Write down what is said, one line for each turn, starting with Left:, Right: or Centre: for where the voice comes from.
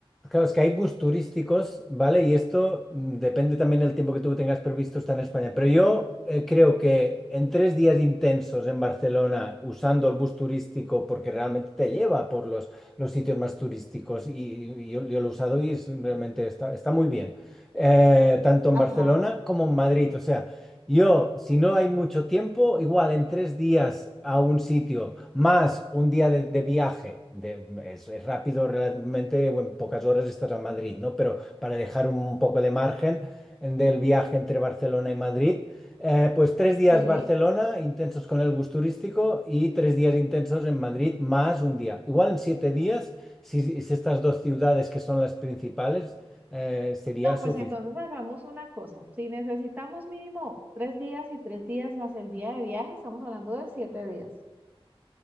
Centre: claro, es que hay bus turísticos, ¿vale? Y esto mm, depende también del tiempo que tú tengas previsto estar en España. Pero yo eh, creo que en tres días intensos en Barcelona, usando el bus turístico, porque realmente te lleva por los, los sitios más turísticos, y, y yo, yo lo he usado y es- realmente está, está muy bien, Eh, tanto en
Right: Ajá,
Centre: Barcelona como en Madrid. O sea. Yo, si no hay mucho tiempo, igual en tres días a un sitio, más un día de, de viaje, de, es, es rápido realmente, bueno, en pocas horas estás a Madrid, ¿no? Pero para dejar un poco de margen en- del viaje entre Barcelona y Madrid, eh, pues tres días
Right: sí.
Centre: Barcelona, intensos con el bus turístico, y tres días intensos en Madrid, más un día. Igual en siete días, si, si estas dos ciudades que son las principales, eh, sería
Right: No,
Centre: suficiente.
Right: pues entonces hagamos una cosa. Si necesitamos mínimo tres días y tres días más el día de viaje, estamos hablando de siete días,